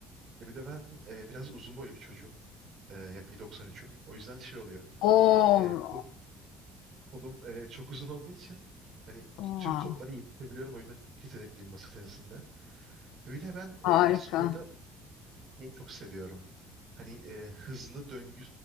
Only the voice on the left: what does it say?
Oo,
aa,
harika.